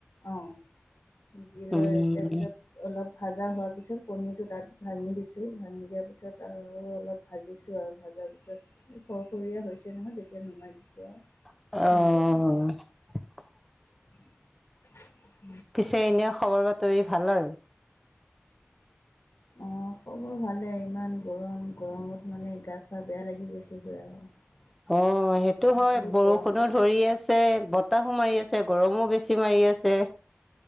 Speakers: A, on the left; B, in the centre.
A: অ, দি লৈ
B: উম
A: তাৰপিছত অলপ ভাজা হোৱা পিছত কনীটো তাত, ভাঙি দিছো ভাঙি দিয়া পিছত আৰু অলপ ভাজিছো আৰু ভাজা পিছত সৰ সৰীয়া। হৈছে নহয় যেতিয়া নমাই দিছো আৰু
B: অ
A: তেনেকৈ বনাইছোঁ <inaudible>
B: পিছে এনে খবৰ বাতৰি ভাল আৰু
A: অ, খবৰ ভালে ইমান গৰম গৰমত মানে গা চা বেয়া লাগি গৈছেগৈ আৰু
B: অ সেইটো হয়
A: বহুত
B: বৰষুণো
A: গৰম
B: ধৰি আছে। বতাহো মাৰি আছে গৰমো বেছি মাৰি আছে।